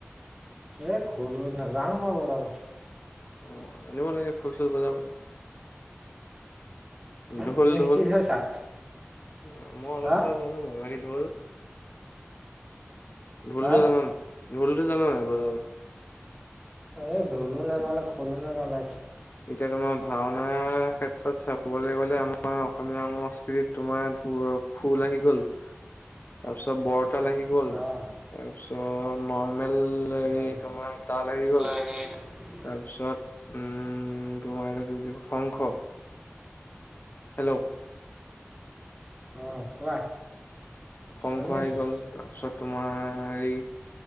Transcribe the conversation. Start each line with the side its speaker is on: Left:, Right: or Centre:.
Right: এ খোলো নাজানো মই বজাব।
Left: অ' জানিব লাগে খোল চুল বজাবলে। ঢোল
Right: তুমি
Left: ঢোল?
Right: শিকি থৈছা
Left: অ মই অলপ
Right: হা
Left: চলপ জানো বাৰু বাকি ঢোল? ঢোলটো
Right: হা
Left: জান নাই? ঢোলটো জানা নাই বজাবলে?
Right: এই ঢোলো নেজানো খোলো নেজানো।
Left: এতিয়া তোমাৰ ভাওঁনা মাৰ ক্ষেত্ৰত চাবলে গ'লে আমাৰ অসমীয়া সংস্কৃতিত তোমাৰ ধো খোল আহি গ'ল। তাৰছ বৰ তাল আহি গ'ল,
Right: অঁ
Left: তাৰপিছত নৰ্মেল হেৰি
Right: অঁ
Left: তোমাৰ তাল আহি গ'ল।
Right: <unintelligible>
Left: তাৰপিছত, উম, তোমাৰ এইটো কি বুলি কয় শংখ হেল্ল'
Right: অঁ', কোৱা।
Left: শংস
Right: শুনি
Left: আহি
Right: আছোঁ
Left: গল তাৰপিছত তোমাৰ হেৰি